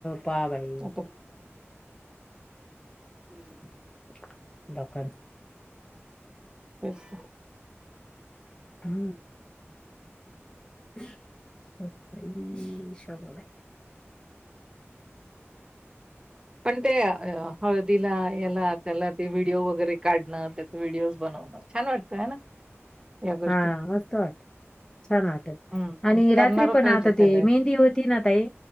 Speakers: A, on the left; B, on the right.
A: पा भाई
B: आता <unintelligible>
A: <unintelligible>
B: तेच त.
A: हम. शोभा... बाई... शोभाबाई
B: पण ते... ह... हळदीला... याला त्याला... ते व्हिडिओ वगैरे काढणं.. त्याचं व्हिडिओज बनव छान वाटतं हाय ना? या गोष्टी.
A: हा... मस्त वाट छान वाट
B: हं.
A: आणि
B: पण
A: रात्री
B: करणारं
A: पण
B: पाहिजे
A: आता
B: त्याला.
A: ते मेहंदी होती ना ताई